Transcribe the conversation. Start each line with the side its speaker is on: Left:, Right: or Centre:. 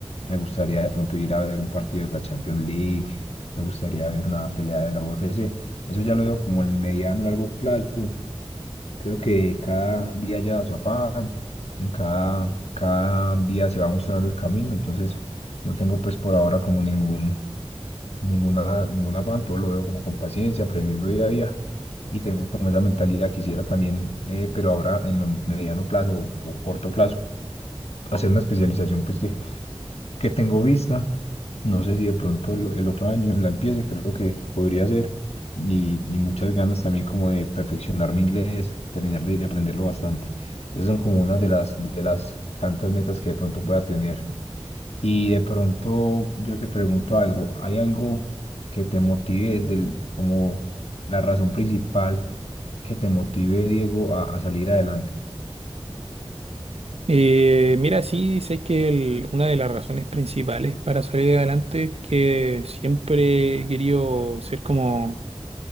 Left: me gustaría de pronto ir a ver un partido de la Champions League, me gustaría ver una pelea de la UFC, eso ya lo veo como en el mediano largo plazo Creo que cada día lleva su afán, en cada, cada día se va mostrando el camino, entonces no tengo pues por ahora como ningún, ninguna, ningún afán, todo lo veo como con paciencia, aprendiendo día a día y tengo como esa mentalidad, quisiera también, eh, pero ahora en lo mediano plazo o, o corto plazo, hacer una especialización pues que que tengo vista. No sé si de pronto el, el otro año la empiece, creo que podría ser. Y, y muchas ganas también como de perfeccionar mi inglés, terminar de, de aprenderlo bastante. Esas son como una de las, de las tantas metas que de pronto pueda tener. Y de pronto yo te pregunto algo, ¿hay algo que te motive del, como la razón principal que te motive, Diego, a, a salir adelante?
Right: Eh, mira, sí, sé que el- una de las razones principales para salir adelante es que siempre he querido ser como